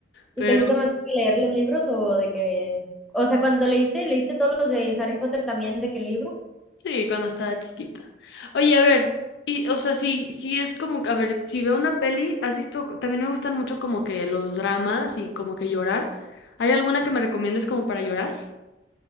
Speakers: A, in the centre; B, on the left.
A: ¿Y
B: Pero
A: te gusta más que leer los libros o de que, o sea, cuando leíste, leíste todos los de Harry Potter también de que el libro?
B: sí, cuando estaba chiquita. Oye, a ver, y o sea, sí, sí es como, que- a ver, si veo una peli, has visto, también me gustan mucho como que los dramas y como que llorar. ¿Hay alguna que me recomiendes como para llorar?